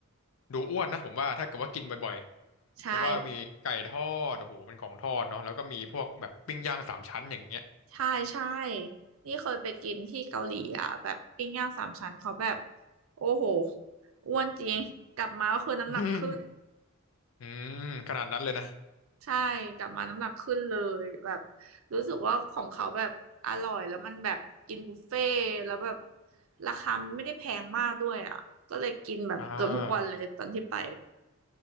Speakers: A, on the left; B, on the right.
A: ดูอ้วนนะผมว่าถ้าเกิดว่ากินบ่อยๆ
B: ใช่
A: เพราะว่ามีไก่ทอดโอ้โหเป็นของทอดเนาะแล้วก็มีพวกแบบปิ้งย่างสามชั้นอย่างเงี้ย
B: ใช่ใช่นี่เคยไปกินที่เกาหลีอ่ะแบบปิ้งย่างสามชั้นเขาแบบโอ้โหอ้วนจริงกลับมาก็คือน้ำหนักขึ้น
A: <laughs> อืมอืมขนาดนั้นเลยนะ
B: ใช่กลับมาน้ำหนักขึ้นเลยแบบรู้สึกว่าของเขาแบบอร่อยแล้วมันแบบกินบุฟเฟ่ต์แล้วแบบราคามไม่ได้แพงมากด้วยอ่ะก็เลยกินแบบเกือบทุกวันเลยตอนที่ไป
A: อ่า